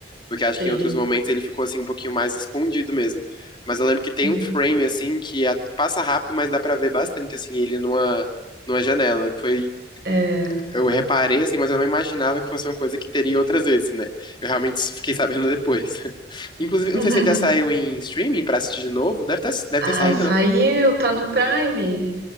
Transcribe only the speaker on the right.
Sim.
Uhum.
É.
<laughs>
Ah,
saiu,
tá no Prime.